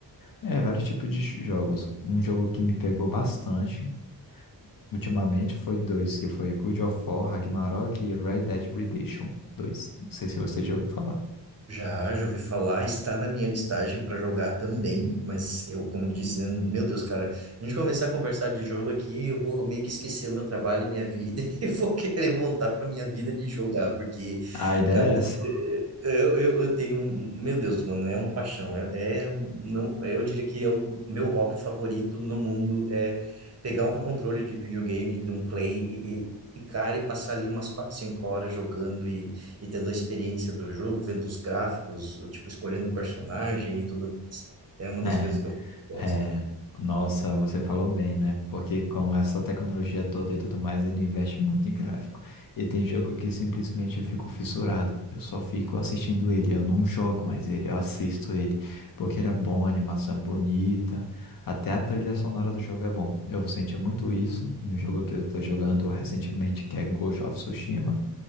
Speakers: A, on the left (about 50°); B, on the right (about 35°).
A: é, vários tipos de jogos. Um jogo que me pegou bastante ultimamente foi dois, que foi God of War, Ragnarok e Red Dead Redemption Dois. Não sei se você já ouviu falar.
B: Já, já ouvi falar, está na minha listagem para jogar também, mas eu, como disse, né, meu Deus, cara, a gente começar a conversar de jogo aqui, eu vou meio que esquecer o meu trabalho e minha vida <laughs> e vou querer voltar para minha vida de jogar, porque,
A: A ideia
B: cara,
A: é essa.
B: eh, eu, eu, eu tenho, um- meu Deus, mano, é uma paixão, é, é um- não, eu diria que é o meu hobby favorito no mundo, é pegar um controle de videogame, de um play e, e- e, cara, e passar ali umas 4, 5 horas jogando e tendo a experiência do jogo, vendo os gráficos, o tipo, escolhendo o personagem e tudo mais. É uma das
A: É.
B: coisas que eu mais gosto.
A: É, nossa, você falou bem, né? Porque com essa tecnologia toda e tudo mais, ele investe muito em gráfico. E tem jogo que simplesmente eu fico fissurado. Eu só fico assistindo ele. Eu não jogo mais ele, eu assisto ele. Porque ele é bom, a animação é bonita. Até a trilha sonora do jogo é bom. Eu senti muito isso no jogo que eu tô jogando recentemente, que é Ghost of Tsushima.